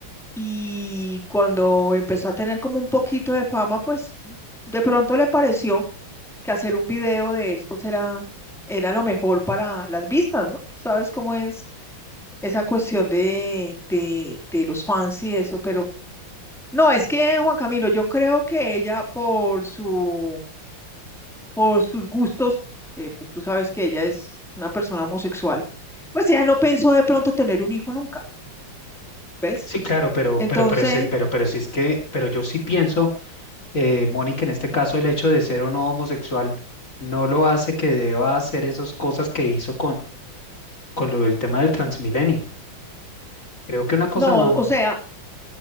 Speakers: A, in the centre; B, on the left.
A: y cuando empezó a tener como un poquito de fama, pues de pronto le pareció que hacer un video de esto era, era lo mejor para las vistas, ¿no? Tú sabes cómo es esa cuestión de, de, de los fans y eso, pero no, es que Juan Camilo, yo creo que ella por su, por sus gustos, eh, pues tú sabes que ella es una persona homosexual, pues ella no pensó de pronto tener un hijo nunca, ¿ves?
B: Sí, claro, pero,
A: Entonces,
B: pero, pero, se- pero, pero, si es que, pero yo sí pienso, eh, Mónica, en este caso el hecho de ser o no homosexual no lo hace que deba hacer esas cosas que hizo con lo del tema del Transmilenio. Creo que una cosa
A: no,
B: no.
A: o sea,